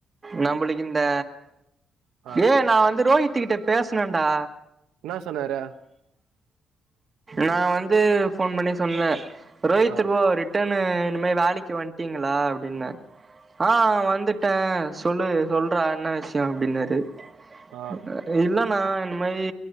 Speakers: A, on the right; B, on the right.
A: நம்புளுக்கு இந்த
B: ஆ
A: ஏய் நா வந்து ரோஹித்து கிட்ட பேசனேன்டா
B: இன்னா சொன்னாரு
A: நா வந்து ஃபோன் பண்ணி சொன்னே ரோஹித்
B: ஆ
A: ப்ரோ ரிட்டனு இந்த மாரி வேலைக்கு வன்டீங்களா அப்டின்ன ஆ வந்துட் டே சொல்லு சொல்றா என்ன விஷயோ அப்டின்னாரு இல்ல
B: ஆ
A: இல்லணா இந்த மாரி